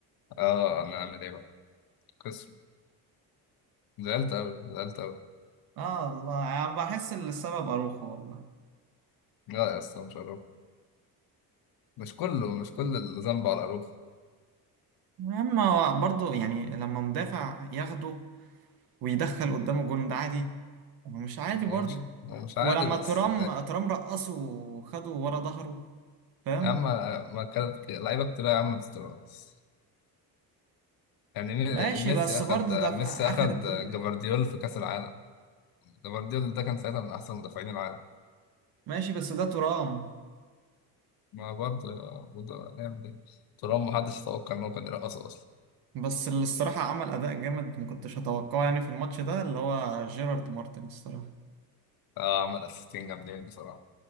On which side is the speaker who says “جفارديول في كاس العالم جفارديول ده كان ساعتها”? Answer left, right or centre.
Left